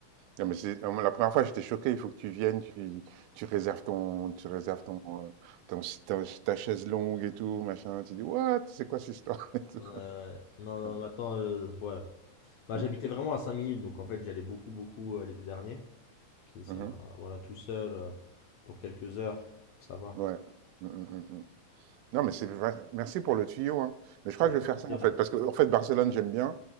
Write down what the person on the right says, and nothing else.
Non, mais c'est, euh, moi, la première fois, j'étais choqué. Il faut que tu viennes, tu, tu réserves ton, tu réserves ton, euh, ton, ta, ta chaise longue et tout, machin. Tu dis, what? C'est quoi cette histoire? <laughs> Et tout.
Ouais.
Mm,
mhm.
Ouais. Mm, mm, mm, mm. Non, mais c'est vrai. Merci pour le tuyau, hein. Mais je crois
que je vais faire ça
en
fait, parce que en fait Barcelone j'aime bien